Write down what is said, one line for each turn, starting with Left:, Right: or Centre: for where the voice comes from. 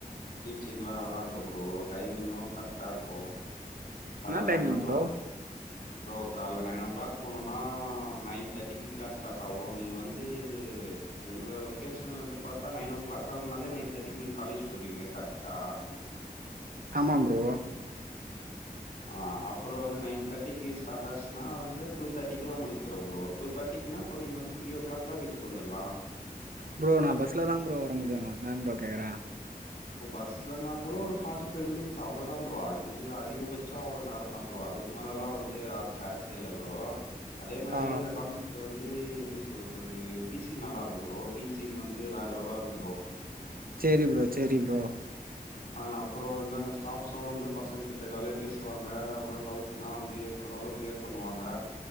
Left: டீச்சிங்க்லா நல்லாருக்கு ப்ரோ டைமிங்கு கரெக்டா இருக்கு கால்ல
Right: என்ன timing
Left: nine o Clock
Right: bro?
Left: போ ப்ரோ கால்ல நைன் ஓ கிளாக் போனோனா நைன் தேர்ட்டிக்கு க்ளாஸ் ஸ்டார்ட் ஆகு நீங்க வந்து உங்க லொகேஷன்ல இருந்து பாத்தா நைன் ஓ கிளாக் கெளம்புனாலே நைன் தேர்ட்டிக்கு நீங்க காலேஜ் போயிடுவிங்க கரெக்டா
Right: ஆமா ப்ரோ
Left: ஆ அப்றோ வந்து நைன் தேர்ட்டிக்கு ஸ்டார்ட் ஆச்சுனா வந்து டூ தேர்ட்டிக்குலா முடிஞ்சிரு ப்ரோ டூ தேர்ட்டிக்குனா அப்போ நீங்க வந்து த்ரீ ஓ கிளாக்லா வீட்டுக்கு வந்துர்லா
Right: ப்ரோ நா பஸ்ல தா ப்ரோ வர முடியு அதா ப்ரோ கேக்குறே
Left: ஒ பஸ்லனா கூட ஒரு ஃபார்ட்டி ஃபைவ் மினிட்ஸ் அவ்ளோ தா ப்ரோ அதுக்கு அதிகபட்ச அவ்ளோ நேரந்தா ப்ரோ அது முன்னாலலா வந்து ஆர் சான்சே இல்ல ப்ரோ அதே மாரியே
Right: ஆ
Left: இந்த கான் இங்க வந்து எப்டி சொல்றது டீச்சிங் நல்லா இருக்கு ப்ரோ டீச்சிங் வந்து வேற லெவலா இருக்கு ப்ரோ
Right: சேரி ப்ரோ சேரி ப்ரோ
Left: ஆ அப்றோ வந்து அங்க ஸ்டாஃப்ஸு வந்து பசங்க கிட்ட ஜாலியா பேசுவாங்க அது மாரி டவுட்ஸ்னா வந்து பண்ணாலு கிளியர் பண்ணுவாங்க